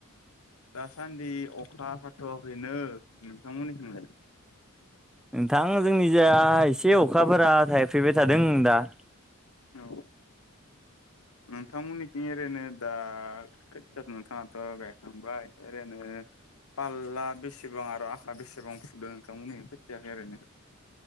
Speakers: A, on the left; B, in the centre.
A: दासान्दि अखा हाथ'वाखैनो नोंथांमोननिथिंलाय?
B: नोंथां जोंनि जा एसे अखाफोरा थायफैबाय थादों दा। <unintelligible>
A: औ नोंथांमोननिथिं ओरैनो दा खैथ नोंथाङाथ गायखांबाय ओरैनो फालला बेसेबां आरो आखा बेसेबां फुदो नोंथांमोननि खोथियाखो एरैनो?